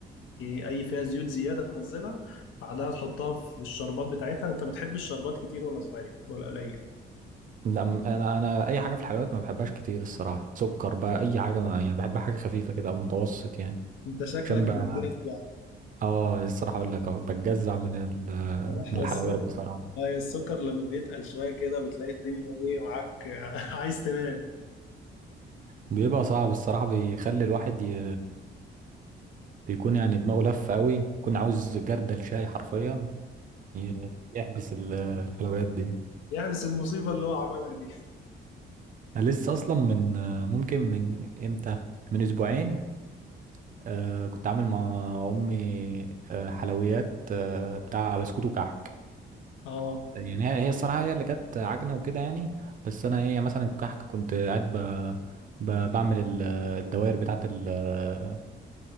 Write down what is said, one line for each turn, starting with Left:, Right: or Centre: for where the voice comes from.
Left: إيه، اي فيها زيوت زياده تنزلها بعدها تحطها في الشربات بتاعتها انت بتحب الشربات كتير ولا صغير ولا قليل
Right: لا م- انا انا اي حاجه في الحلويات ما بحبهاش كتير الصراحه سكر بقى اي حاجه ما يعني بحبها حاجه خفيفه كده او متوسط يعني
Left: انت شكلك
Right: عشان
Left: بتجزع
Right: بقى اه الصراحه اقول لك أهو، بتجزع من ال-
Left: بصراحه
Right: من الحلويات
Left: السكر
Right: بصراحه
Left: هي السكر لما بيتقل شويه كده بتلاقي الدنيا ايه معاك <laughs> آه، عايز تنام
Right: بيبقى صعب الصراحة بيخلي الواحد ي... بيكون يعني دماغه لف قوي يكون عاوز جردل شاي حرفيا ي- يحبس ال- الحلويات دي
Left: يحبس المصيبه اللي هو عملها دي
Right: أنا لسه أصلا من ممكن من إمتى من أسبوعين آه كنت عامل مع أمي آه حلويات آه بتاع بسكوت وكحك
Left: اه
Right: يعني هي هي الصراحة هي اللي كانت عجنة وكده يعني بس أنا هي مثلا الكحك كنت قاعد ب... ب... بعمل ال- الدوائر بتاعة ال-